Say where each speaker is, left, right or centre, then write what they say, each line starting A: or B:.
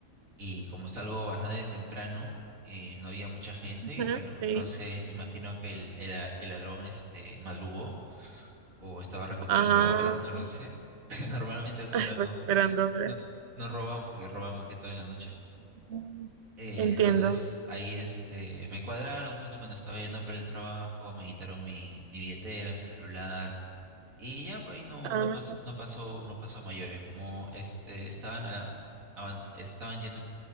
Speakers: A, on the right; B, on the right.
A: y como salgo bastante temprano eh, no había mucha gente y
B: Ujú,
A: bueno,
B: sí.
A: no sé, imagino que el, el, la- el ladrón este madrugó o estaba recuperando
B: Ah,
A: horas, no lo sé. <laughs> Normalmente a esa
B: ay,
A: hora
B: recuperando
A: no,
B: horas.
A: no no roban porque roban más que todo en la noche.
B: Ujú.
A: Eh,
B: Entiendo.
A: entonces ahí este, me cuadraron justo cuando estaba yendo por el trabajo, me quitaron mi, mi billetera, mi celular y ya pues no,
B: Ah,
A: no pasó, no pasó, no pasó a mayores. Como este, estaban, a- avanz- estaban yendo